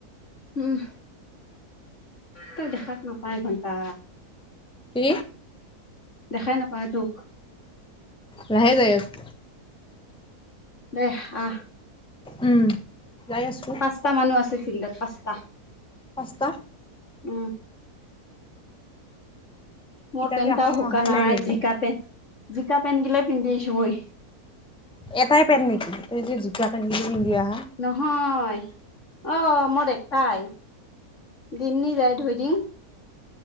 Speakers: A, on the left; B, in the centre.
A: উম তই দেখাত নাপায় ঘণ্টা।
B: কি
A: দেখাই নাপায় তোক।
B: লাহে যাই আছোঁ।
A: দে আহ
B: উম। যাই আছোঁ
A: পাঁচটা মানুহ আছে ফিল্ডত পাঁচটা।
B: পাঁচ টা।
A: উম মোৰ পেন্টটা
B: কি এখন
A: শুকান
B: অহাই
A: নাই
B: নেকি?
A: জিকা পেণ্ট জিকা পেন্ট গিলে পিন্ধি আছো মই।
B: এটাই পেন্ট নেকি ত যে জোতা পেন্টটো পিন্ধিয়া।
A: নহয় অ মোৰ একটাই। দিমনি যায় ধই দিম।